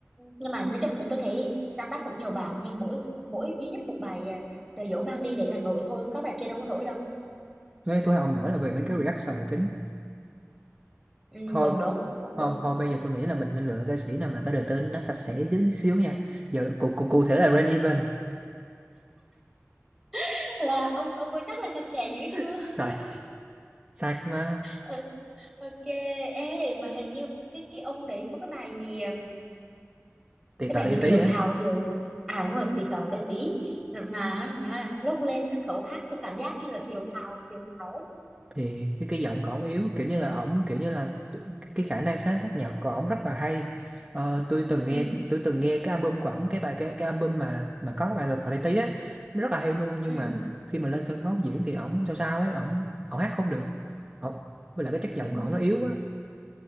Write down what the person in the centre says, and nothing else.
nhưng mà nói chung là tôi thấy sáng tác cũng nhiều bài nhưng mỗi mỗi duy nhất một bài à, Trời dỗ mang đi để là nổi thôi có bài kia đâu có nổi đâu
ừ,
ừ,
cũng đúng cũng
đúng
<laughs> là ông ông ấy chắc là sạch sẽ dữ
chưa
<laughs>
Ừ, ok ê mà hình như cái cái ông đấy có cái bài gì
cái
bài gì
thiều
thào
thiều à đúng rồi tì tò tè tí mà à, lúc lên sân khấu hát tôi cảm giác như là thiều thào thiều thào ấy
ừ
ừ
ừ